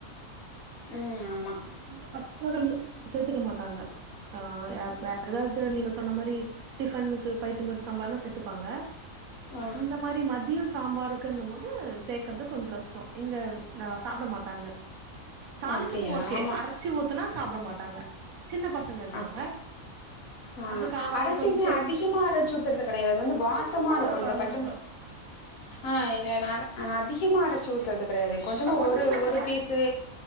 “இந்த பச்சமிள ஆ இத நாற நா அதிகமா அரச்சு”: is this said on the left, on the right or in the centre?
Left